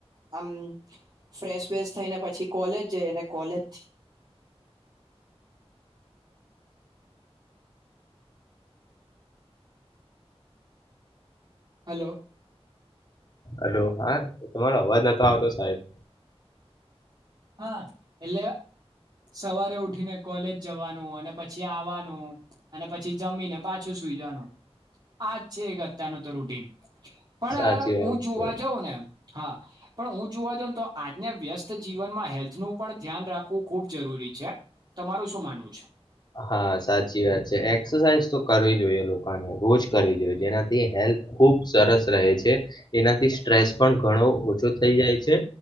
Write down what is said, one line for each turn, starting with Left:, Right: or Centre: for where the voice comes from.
Right: આમ ફ્રેશ વેશ થઈને પછી કોલેજ જઈ કોલેજ હલો <unintelligible>
Left: હલો હા એ તમારો અવાજ ન આવતો સાહેબ.
Right: હા એટલે સવારે ઉઠીને કોલેજ જવાનું અને પછી આવવાનું અને પછી જમીને પાછું સુઈ જવાનું આજ છે એક અત્યારનું તો રૂટીન પણ
Left: સાચી વાત
Right: હું જોવા
Left: છે
Right: જાઉં ને હા પણ હું જોવા જ ને તો આજના વ્યસ્ત જીવ જીનમાં હેલ્થ નું પણ ધ્યાન રાખવું ખુબ જરૂરી છે તમારું શું માનવું છે.
Left: હા સાચી વાત છે એક્સરસાઇઝ તો કરવી જોઈએ લોકોને રોજ કરવી જોઈએ જેનાથી હેલ્થ ખુબ સરસ રહે છે એનાથી સ્ટ્રેસ પણ ઘણો ઓછો થઈ જાય છે